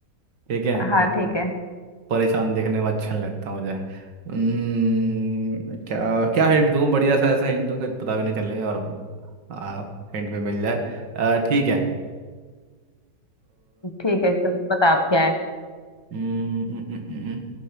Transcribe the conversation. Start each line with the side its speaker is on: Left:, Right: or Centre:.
Right: ठीक है
Left: हाँ ठीक है
Right: परेशान देखने में अच्छा नहीं लगता मुझे हम्म, क्या क्या हिंट दूँ बढ़िया सा ऐसा हिंट दूँ कि पता भी नहीं चले और आ, हिंट भी मिल जाए अ, ठीक है अ,
Left: ठीक है चल बता आप क्या है
Right: हम्म, हम्म, हम्म, हम्म,